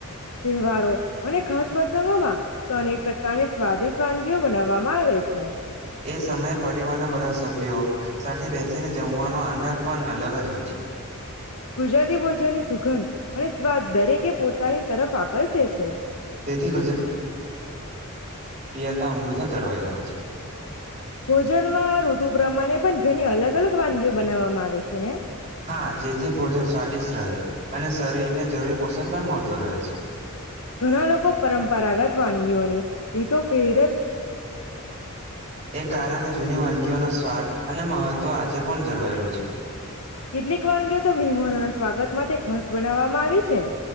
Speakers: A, on the left; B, on the right.
A: તહેવારો અને ખાસ પ્રસંગોમાં તો અને પ્ર કારણે સ્વાદિષ્ટ વાનગીઓ બનાવ જવામાં આવે છે.
B: એ સમયે પરિવારના બધા સભ્યો સાથે બેસીને જમવાનો આનંદ પણ અલગ જ હોય છે.
A: ગુજરાતી ભોજનની સુગંધ અને સ્વાદ દરેકે પોતાની તરફ આકર્ષે છે.
B: તેથી યથા હંમેશા જળવાઈ રહે છે.
A: ભોજનમાં ઋતુ પ્રમાણે પણ ઘણી અલગ અલગ વાનગીઓ બનાવવામાં આવે છે એમ
B: હા જેથી ભોજન સ્વાદિષ્ટ રહે અને શરીર જરૂરી પોષણ પણ મળતું રહે છે.
A: ઘણા લોકો પરંપરાગત વાનગીઓને એ તો પેર
B: એ કારણે જૂની વાનગીઓનો સ્વાદ અને મહત્વ આજે પણ જળવાયેલું છે.
A: કેટલીક વાનગીઓ તો મહેમનોના સ્વાગતમાં ખ બનાવવામાં આવી છે.